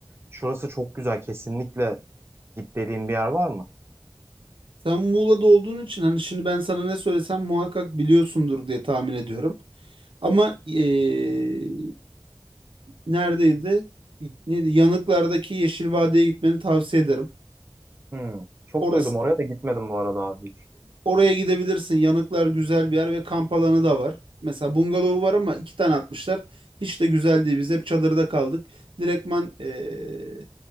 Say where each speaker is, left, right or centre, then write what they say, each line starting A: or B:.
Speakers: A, on the right; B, on the right.
A: şurası çok güzel kesinlikle git dediğin bir yer var mı?
B: Sen Muğla'da olduğun için hani şimdi ben sana ne söylesem muhakkak biliyorsundur diye tahmin ediyorum. Ama eee, neredeydi? Neydi? Yanıklardaki Yeşil Vadiye gitmeni tavsiye ederim.
A: Hmm. Çok
B: Orası,
A: duydum oraya da gitmedim bu arada abi hiç.
B: oraya gidebilirsin. Yanıklar güzel bir yer ve kamp alanı da var. Mesela bungalovu var ama iki tane atmışlar. Hiç de güzel değil. Biz hep çadırda kaldık. Direktman eee,